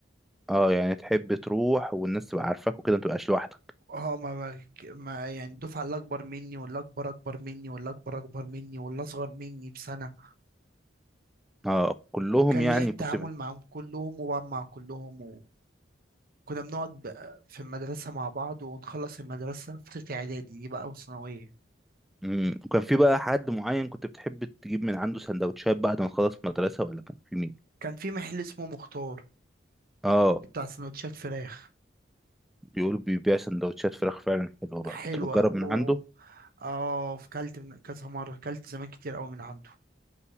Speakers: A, in the centre; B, on the right.
A: آه يعني تحب تروح والناس تبقى عارفاك وكده ما تبقاش لوحدك
B: اه ما ما ما- يعني الدفعه اللي اكبر مني واللي اكبر اكبر مني واللي اكبر اكبر مني واللي اصغر مني بسنه
A: آه كلهم
B: كان
A: يعني
B: ليا التعامل
A: كنت ب...
B: معهم كلهم وبقى مع كلهم كنا بنقعد بقى في المدرسة مع بعض ونخلص المدرسة فترة إعدادي دي بقى وثانوية
A: مم. وكان في بقى حد معين كنت بتحب تجيب من عنده سندوتشات بعد ما تخلص مدرسة ولا كان في مين؟
B: كان في محل اسمه مختار
A: اه
B: بتاع سندوتشات فراخ
A: بيقول بيبيع سندوتشات فراخ فعلا حلوة بقى
B: حلوة
A: كنت بتجرب من
B: و
A: عنده
B: اه كلت من- كذا مرة كلت زمان كتير أوي من عنده